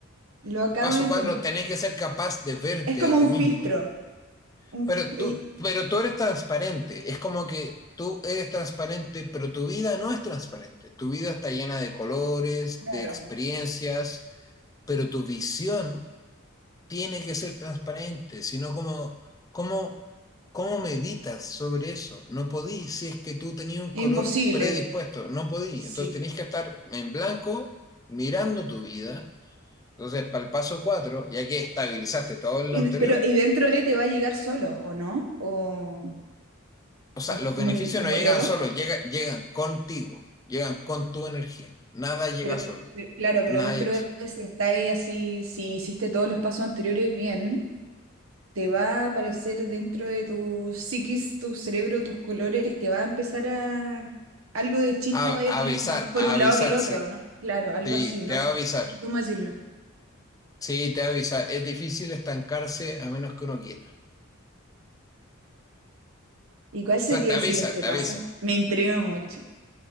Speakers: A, on the right; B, on the left.
A: Lo acabo
B: El paso
A: de entender.
B: 4 tenés que ser capaz de verte
A: Es como
B: a ti
A: un
B: mismo,
A: filtro. Un,
B: pero tú,
A: y-
B: pero tú eres transparente. Es como que tú eres transparente, pero tu vida no es transparente. Tu vida está llena de colores,
A: claro.
B: de experiencias, pero tu visión tiene que ser transparente, sino como, como, ¿cómo meditas sobre eso? No podí, si es que tú tenías un
A: Es
B: color
A: imposible.
B: predispuesto, no podí.
A: Sí.
B: Entonces tenés que estar en blanco mirando tu vida Entonces, para el paso 4 ya que estabilizaste todo lo
A: Y,
B: anterior,
A: pero, y dentro de te va a llegar solo, ¿o no? ¿O,
B: o sea,
A: o es
B: los
A: muy,
B: beneficios
A: muy
B: no llegan
A: loco?
B: solos, llega- llegan contigo, llegan con tu energía. Nada llega
A: Pero,
B: solo,
A: pero- claro, pero
B: nada
A: dentro
B: llega
A: de
B: solo.
A: si está ahí así, si hiciste todos los pasos anteriores bien, te va a aparecer dentro de tu psiquis, tu cerebro, tus colores, te va a empezar a algo de chispa
B: A-
A: vaya a tener
B: avisar,
A: más por
B: a
A: un
B: avisar,
A: lado que el otro,
B: sí.
A: ¿no? Claro, algo
B: Sí,
A: así, no
B: te va
A: sé
B: a avisar.
A: no cómo decirlo.
B: Sí, te va a avisar. Es difícil estancarse a menos que uno quiera.
A: ¿Y cuál sería
B: O sea, te avisa,
A: el siguiente
B: te
A: paso?
B: avisa.
A: Me intriga mucho,